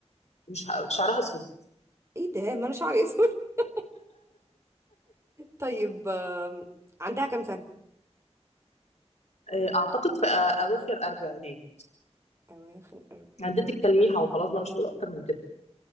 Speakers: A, on the left (about 75°); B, on the right (about 25°).
A: مش ه- شعرها اسود
B: ايه ده ما انا شعري اسود <laughs> طيب آم، عندها كام سنة
A: آه، اعتقد في أ- اواخر اربعينات
B: اواخر 40
A: اديتك تلميحة وخلاص بقى مش هقول اكتر من كده